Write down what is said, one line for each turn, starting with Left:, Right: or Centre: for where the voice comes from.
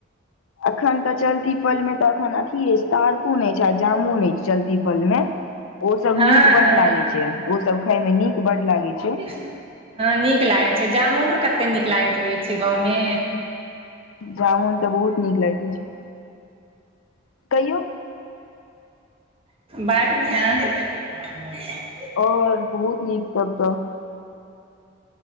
Left: एखन ते चलती पल मे तऽ एखन अथी छै तारकुन छै जामुन छै चलती फल मे ओ सब
Right: हँ
Left: नीक बढ़
Right: हँ
Left: लागे छै ओ सब खाय मे नीक बढ़ लागे छै
Right: ईना <inaudible> हँ नीक लागै छैय जामुनो कते नीक लागैत रहै छैय गाँवमे
Left: जामुन तऽ बहुत नीक लागै छै रहै छैय कहियो
Right: बरिया <inaudible>
Left: और बहुत नीक सब